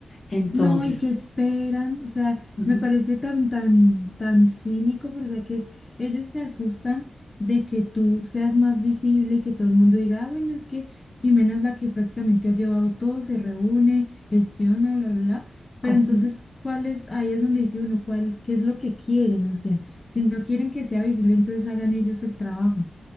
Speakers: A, on the left; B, on the left.
A: Entonces,
B: No, y que esperan, o sea,
A: ujú,
B: me parece tan, tan, tan cínico, pero o sea, que es, ellos se asustan de que tú seas más visible y que todo el mundo diga, ah, bueno, es que Jimena es la que prácticamente ha llevado todo, se reúne, gestiona, bla, bla, bla, pero
A: ujú.
B: entonces, ¿cuál es? Ahí es donde dice uno, ¿cuál, qué es lo que quieren? O sea, si no quieren que sea visible, entonces hagan ellos el trabajo.